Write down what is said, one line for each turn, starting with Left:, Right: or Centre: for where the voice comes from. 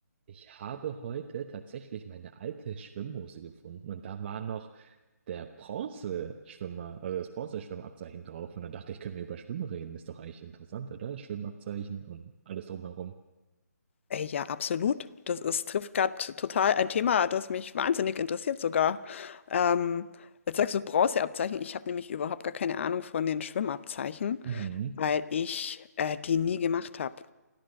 Right: Ich habe heute tatsächlich meine alte Schwimmhose gefunden und da war noch der Bronzeschwimmer, also das Bronzeschwimmabzeichen drauf. Und dann dachte ich, können wir über Schwimmen reden? Ist doch eigentlich interessant, oder? Schwimmabzeichen und alles drumherum.
Left: Ey, ja, absolut. Das ist, trifft gerade total ein Thema, das mich wahnsinnig interessiert sogar. Ähm, jetzt sagst du Bronzeabzeichen. Ich habe nämlich überhaupt gar keine Ahnung von den Schwimmabzeichen,
Right: Mhm.
Left: weil ich äh, die nie gemacht habe.